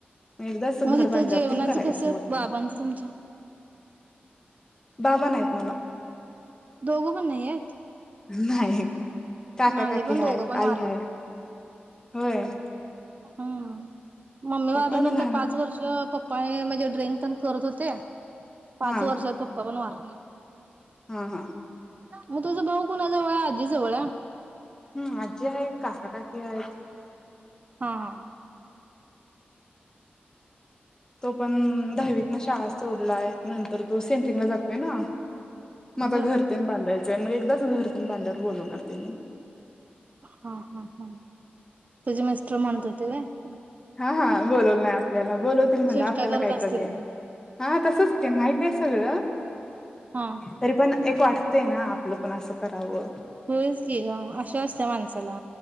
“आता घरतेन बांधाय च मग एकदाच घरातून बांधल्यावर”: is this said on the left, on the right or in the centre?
Left